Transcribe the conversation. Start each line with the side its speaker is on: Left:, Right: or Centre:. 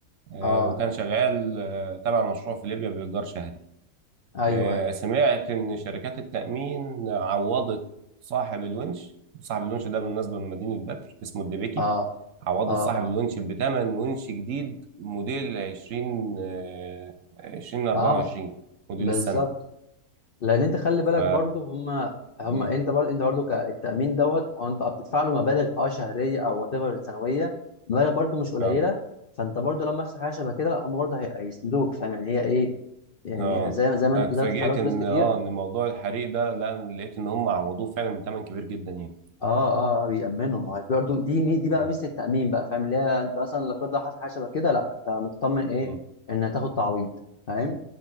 Right: آه،
Left: اه
Right: وكان شغال آه، تبع مشروع في ليبيا بايجار شهري
Left: ايوه
Right: آه،
Left: ايوه
Right: سمعت ان شركات التامين عوضت صاحب الونش صاحب الونش ده بالمناسبه من مدينه بدر اسمه الدبيكي
Left: اه
Right: عوضت
Left: اه
Right: صاحب
Left: اه
Right: الونش بثمن ونش جديد موديل 20 آه، 2024
Left: اه
Right: موديل
Left: بالظبط
Right: السنه
Left: لان انت خلي بالك
Right: ف
Left: برضو هم هم
Right: مم.
Left: انت برضو انت برضو كالتامين دوت هو انت بتدفع له مبالغ اه شهريه او وات ايفر سنويه مبالغ برضو مش قليله
Right: اه
Left: فانت برضو لما يحصل حاجه شبه كده لا هم برضو هي- هيسندوك فاهم يعني هي ايه يعني
Right: اه
Left: زي زي ما
Right: أنا
Left: انت
Right: اتفاجئت
Left: زي ما انت بتدفع لهم
Right: ان
Left: فلوس كتير
Right: اه ان موضوع الحريق ده لا أنا لقيت ان هم عوضوه فعلا بثمن كبير جدا يعني
Left: اه اه بيأمنوا ما
Right: مم.
Left: هو برضو دي مي دي بقى
Right: مم.
Left: ميزه التأمين بقى فاهم اللي هي انت مثلا لا قدر الله حصل حاجه شبه كده لا انت مطمن ايه
Right: مم.
Left: ان هتاخد تعويض فاهم